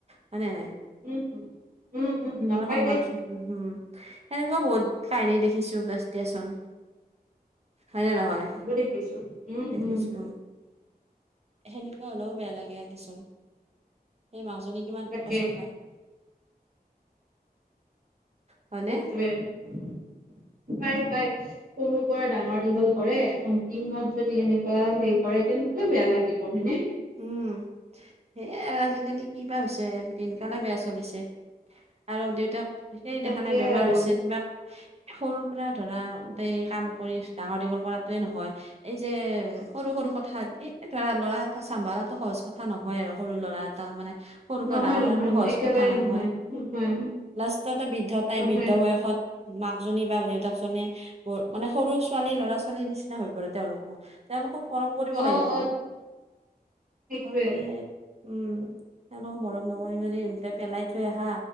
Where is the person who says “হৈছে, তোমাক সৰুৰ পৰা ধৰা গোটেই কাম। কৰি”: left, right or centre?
Right